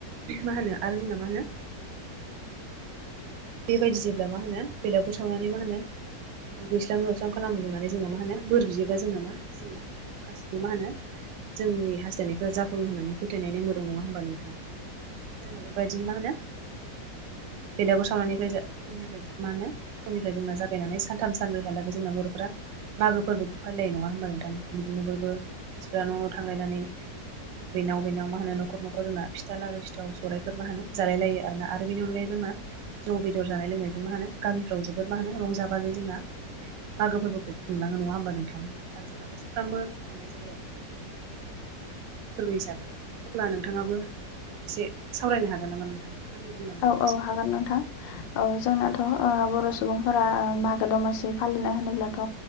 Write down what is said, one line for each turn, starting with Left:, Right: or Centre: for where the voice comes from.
Right: मा होनो आरो जोंना मा होनो बेबायदि जेब्ला मा होनो बेलाग सावनानै मा होनो दुगैस्रां लोस्रां खालामनानै जोंना मा होनो बोर बियोब्ला जोंना मा जोंना गासिबो मा होनो जोंनि हास्थायनायफ्रा जाफुङो होननानै फोथायनाय नेमबो दं नङा होमबा नोंथां? जोंना बेबायदिनो मा होनो बेलागुर सावनायनिफ्राय उननिफ्राय मा होनो फुंनिफ्राय जोंना जा गायनानै सानथाम सानब्रैहालागै जोंना बर'फोरा मागो फोरबोखौ फालिनाय नङा होमबा नोंथां? बिदिनो बयबो मानसिफ्रा न' न' थांलायनानै बेनाव बेनाव मा होनो न'खर न'खर जोंना फिथा लारु सिथाव सौरायफोर मा होनो जालाय लायो आरोना आरो बेनि अनगायै जोंना जौ बेदर जानाय लोंनायजों मा होनो गामिफ्राव जोबोर मा होनो रंजा बागै जोंना मागो फोरबोखौ खुंलाङो नङा होमबा नोंथाङो आरो जोंना बोसोरफ्रामबो सावनाय जायो आरो ना बेखौ <unintelligible> फोरबो हिसाबै अब्ला नोंथाङाबो एसे सावरायनो हागोन नामा नोंथां? आंनि बुंनांगौआ
Left: औ
Right: बेसेनोसै
Left: औ हागोन नोंथां। औ जोंनाथ' अ बर' सुबुंफोरा मागो दमासि फालिनाय होनोब्लाथ'